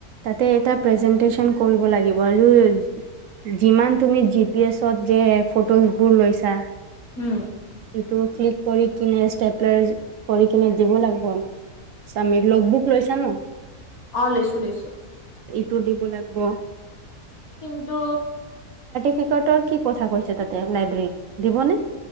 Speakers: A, on the right (about 70°); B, on the left (about 70°).
A: তাতে এটা প্ৰেজেন্টেচন কৰিব লাগিব, আৰু, যিমান তুমি জি পি এছত যে ফটো বোৰ লৈছা।
B: উম।
A: সিটো ক্লিক কৰি কিনে ষ্টেটলাৰ কৰি কিনে দিব লাগিব, আমাৰ আমি লগ বুক লৈছা ন?
B: অ' লৈছো লৈছো।
A: ত দিব লাগিব।
B: কিন্তু
A: ক্ৰিকটৰ কি কথা কৈছে তাতে? লাইব্ৰেৰীত, দিবনে?